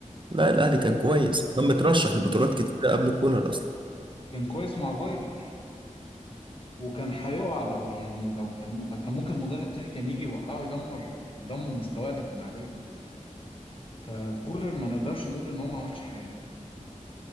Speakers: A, on the right; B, on the left.
A: لا الأهلي كان كويس كان مترشح لبطولات
B: أنا-
A: كتيرة قبل كولر أصلا
B: كان كويس مع فايلر وكان هيقع لو يعني لو كان لو كان ممكن مدرب تاني كان يجي يوقعه يدمر يدمر مستواه اللي كان عليه فكولر ما نقدرش نقول ان هو ما عملش حاجه